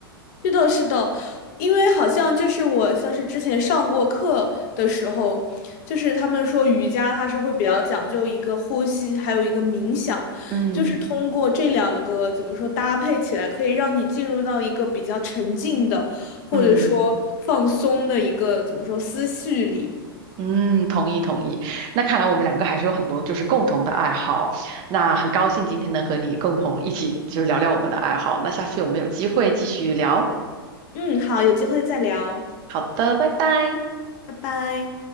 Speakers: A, on the left; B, on the right.
A: 是的，是的，因为好像就是我像是之前上过课的时候，就是他们说瑜伽它是会比较讲究一个呼吸，还有一个冥想，
B: 嗯
A: 就是通过这两个怎么说搭配起来，可以让你进入到一个比较沉静的，或者说放松的一个怎么说思绪里。
B: 嗯。嗯，同意同意。那看来我们两个还是有很多就是共同的爱好。那很高兴今天能和你共同一起就是聊聊我们的爱好。那下次我们有机会继续聊。
A: 嗯，好，有机会再聊，
B: 好的，拜拜。
A: 拜拜。